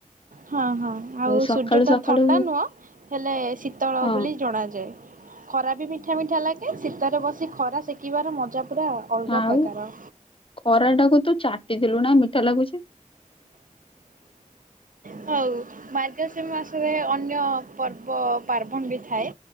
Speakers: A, on the right (about 75°); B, on the left (about 40°).
A: ହଁ ହଁ ଆଉ
B: ସକାଳୁ
A: ସୂର୍ଯ୍ୟ ଟା
B: ସକାଳୁ
A: ଥଣ୍ଡା ନୁହଁ ହେଲେ ଶୀତଳ
B: ହଁ
A: ବୋଲି ଜଣାଯାଏ। ଖରା ବି ମିଠା ମିଠା ଲାଗେ ଶୀତରେ ବସି ଖରା ସେକିବାର ମଜା ପୁରା ଅଲଗା
B: ଆଉ
A: ପ୍ରକାର।
B: ଖରାଟାକୁ ତୁ ଚାଟିଥିଲୁ ନା ମିଠା ଲାଗୁଛି।
A: ହଉ। ମାର୍ଗଶୀର ମାସ ଯାଏ ଅନ୍ୟ ପର୍ବ ପାର୍ବଣ ବି ଥାଏ।